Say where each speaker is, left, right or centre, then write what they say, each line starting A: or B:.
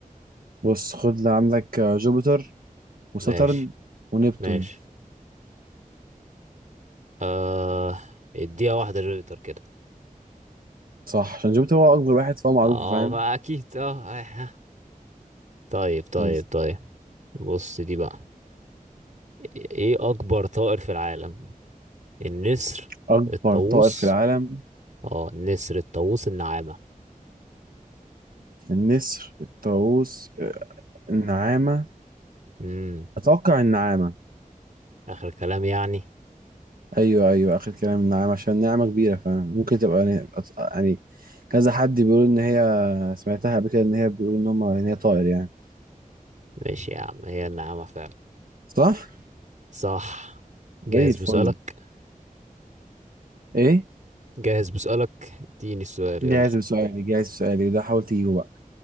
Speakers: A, on the right; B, on the right.
A: بص خد اللي عندك آه، جوبيتر وساترن
B: ماشي
A: ونبتون
B: ماشي آه اديها واحدة جوبيتر كده
A: صح عشان جوبيتر هو أكبر واحد فهو معروف
B: اه
A: فاهم
B: فاكيد اه آه. طيب طيب
A: بس
B: طيب بص دي بقى ايه اكبر طائر في العالم النسر
A: أكبر
B: الطاووس
A: طائر في العالم
B: اه النسر الطاووس النعامة
A: النسر الطاووس آه، النعامة
B: امم
A: أتوقع النعامة
B: اخر كلام يعني
A: ايوه ايوه اخر كلام نعم عشان نعمه كبيره فممكن تبقى يعني يعني كذا حد بيقول ان هي سمعتها قبل كده ان هي بيقول ان هم ان هي طائر يعني
B: ماشي يا عم هي النعامة فعلا
A: صح
B: صح جاهز
A: زي الفل
B: بسؤالك
A: ايه
B: جاهز بسؤالك اديني السؤال
A: جاهز
B: يلا
A: بسؤالي جاهز بسؤالي ده حاول تجيبه بقى